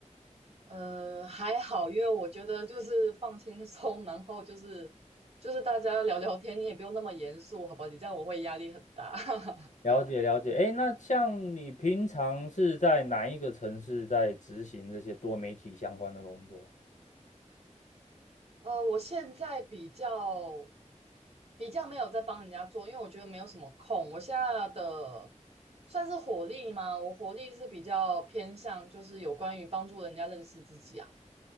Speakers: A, on the right; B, on the left.
A: 呃，还好，因为我觉得就是放轻松，然后就是就是大家聊聊天，你也不用那么严肃，好吧？你这样我会压力很大。<laughs>
B: 了解了解，哎，那像你平常是在哪一个城市在执行这些多媒体相关的工作？
A: 呃，我现在比较比较没有在帮人家做，因为我觉得没有什么空。我现在的算是火力吗？我火力是比较偏向就是有关于帮助人家认识自己啊。